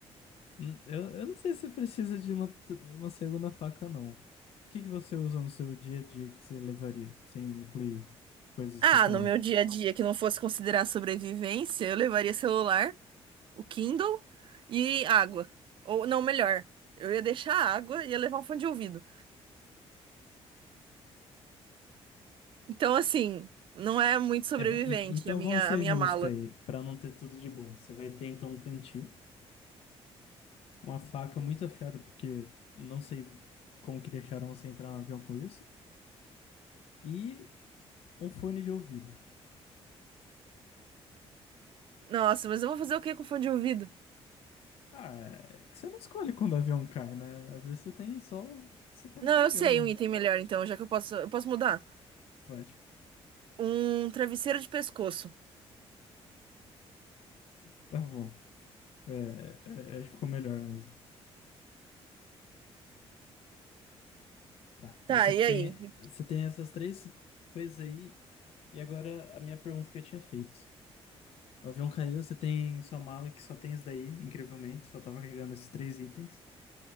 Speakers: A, on the left; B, on the right.
A: Hum, Eu, eu não sei se precisa de uma, t- uma segunda faca, não. O que que você usa no seu dia a dia que você levaria, sem incluir coisas
B: Ah,
A: tecnológicas?
B: no meu dia a dia, que não fosse considerar sobrevivência, eu levaria celular. o Kindle e água. Ou não, melhor, eu ia deixar a água e ia levar um fone de ouvido. Então, assim, não é muito sobrevivente
A: É, e- então
B: a minha,
A: vamos ser
B: a minha
A: justos
B: mala.
A: aí, para não ter tudo de bom. Você vai ter então um cantil, uma faca muito afiada, porque não sei como que deixaram você entrar no avião com isso, e um fone de ouvido.
B: Nossa, mas eu vou fazer o que com fone de ouvido?
A: Ah, é que você não escolhe quando o avião cai, né? Às vezes você tem só o que você tava
B: Não,
A: carregando.
B: eu sei um item melhor, então, já que eu posso, eu posso mudar.
A: Pode.
B: Um travesseiro de pescoço.
A: Tá bom. É, é, acho que ficou melhor mesmo. Tá.
B: Tá,
A: Você
B: e
A: tem,
B: aí?
A: você tem essas três coisas aí. E agora a minha pergunta que eu tinha feito. O avião caiu, você tem sua mala que só tem isso daí, incrivelmente, só tava carregando esses três itens.